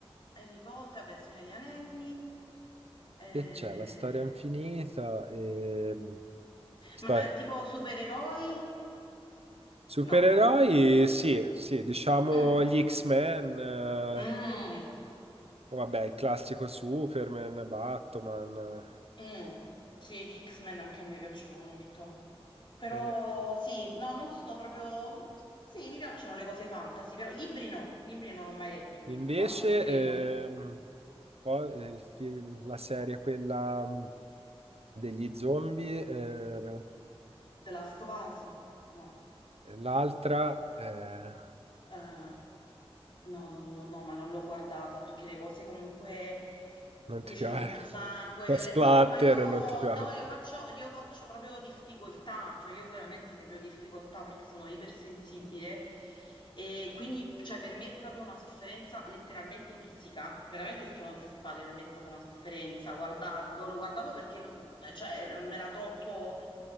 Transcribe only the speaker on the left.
Harry Potter, beh, Signore degli Anelli, eh,
Ma eh, tipo supereroi?
No.
Mm.
Mm.
Mm. Sì, gli X-Men anche a me piacciono molto. Però
sì, no, non sono proprio... Sì, mi piacciono le cose fantasy, però libri no. Libri non ho mai letto un
libro fantasy, credo.
The Last of Us? No,
no.
Eh, no, no, no, no, ma non l'ho guardata perché le cose comunque...
in cui
c'è
molto sangue,
violenza.
No, ma io,
no, io faccio, io faccio proprio difficoltà, cioè io ho veramente proprio difficoltà perché sono ipersensibile e quindi, cioè, per me è proprio una sofferenza letteralmente fisica. Veramente il Trono di Spade per me è stata una sofferenza guardarlo, lo guardavo perché non, cioè, non era troppo